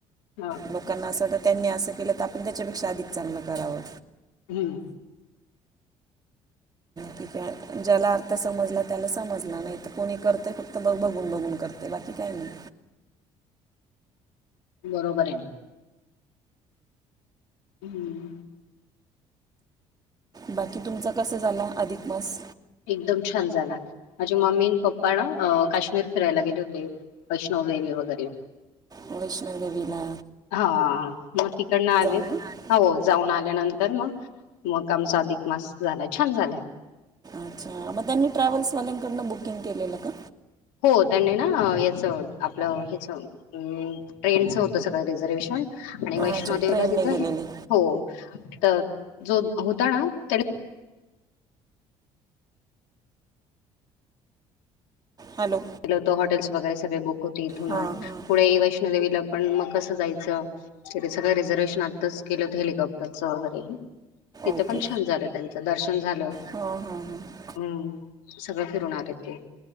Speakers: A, on the left; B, on the right.
A: हा
B: लोकांना असं तर त्यांनी असं केलं तर आपण त्याच्यापेक्षा अधिक चांगलं करावं.
A: हम.
B: ठीक हाय, ज्याला अर्थ समजला त्याला समजला नाही तर कोणी करत फक्त ब बघ गुण बघुन करतयं बाकी काही नाही.
A: बरोबर आहे. हम.
B: बाकी तुमचा कस झाला, अधिक मास.
A: एकदम छान झाला, माझी मम्मी आणि पप्पा ना काश्मीर फिरायला गेले होते वैष्णव वेणी वगैरे
B: वैष्णो देवीला
A: हा मग तिकडन आलेत
B: ना
A: हो जाऊन आल्यानंतर मग मग आमचा अधिक मास झाला छान झाला
B: अच्छा मग त्यांनी ट्रॅवल्स वाल्यांकडनं बुकिंग केलेलं का
A: हो त्यांनी ना याच आपलं हच ट्रेनचं होतं सगळं रिझर्वेशन आणि वैष्णो
B: अच्छा
A: देेवला
B: ट्रेनने
A: तिथं
B: गेलेली
A: हो तर जो होता ना त्याने
B: हॅलो
A: होत हॉटेल्स वगैरे सगळे बुक होते इथूनच
B: हां हां
A: पुढे वैष्णो देवीला पण मग कसं जायचं सगळं रिझर्वेशन आत्ताच केलंत हेलिकॉप्टरचं वगैरे तिथं
B: ओके
A: पण छान झालं त्यांचं दर्शन झालं
B: हां हां हां
A: हम् सगळं ठरणार येत ते